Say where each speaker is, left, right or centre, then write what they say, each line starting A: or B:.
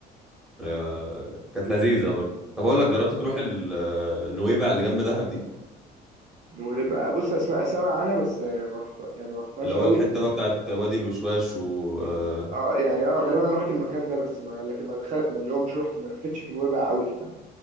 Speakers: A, in the centre; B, on the right.
A: آه، كانت لذيذه برضه طب اقول لك جربت تروح ال- آه، نويبع اللي جنب دهب دي
B: ويبقى بص اسمع سمع عنها بس آه، ما رحت يعني ما رحتهاش
A: اللي هو
B: قوي
A: الحتة بقى بتاعت وادي الوشواش و
B: م-
A: آه،
B: اه يعني اه غالبا رحت المكان ده بس ما لكن ما دخلت ما اللي هو مش رحت ما لفتش في نويبع قوي فاهم